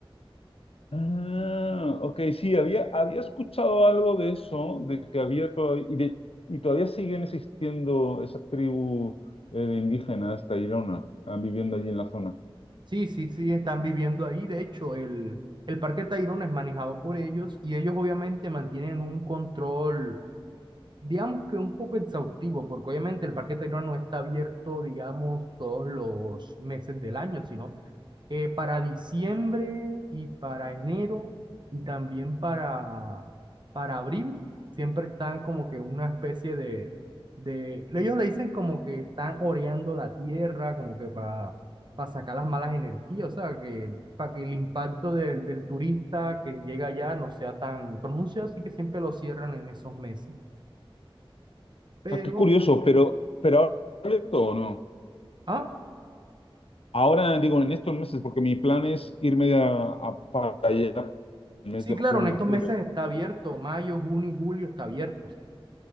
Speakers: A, on the left (about 80°); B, on the right (about 50°).
A: Ah, ok, sí, había, había escuchado algo de eso, de que había todavía, y, de- y todavía siguen existiendo esas tribus eh, indígenas tairona ah, viviendo allí en la zona.
B: Sí, sí, sí, están viviendo ahí. De hecho, el, el Parque Tayrona es manejado por ellos y ellos obviamente mantienen un control digamos que un poco exhaustivo, porque obviamente el Parque Tayrona no está abierto, digamos, todos los meses del año, sino eh, para diciembre y para enero y también para, para abril, siempre están como que una especie de, de, ellos le dicen como que están oreando la tierra, como que para sacar las malas energías, o sea, que para que el impacto del, del turista que llega allá no sea tan pronunciado, así que siempre lo cierran en esos meses. Pero,
A: Ah, qué curioso, pero, pero ahora ¿ha abierto o no.
B: ah,
A: Ahora digo en estos meses, porque mi plan es irme a, a- para allá en el mes
B: sí,
A: de
B: claro,
A: junio,
B: en estos
A: julio.
B: meses está abierto, mayo, junio y julio está abierto.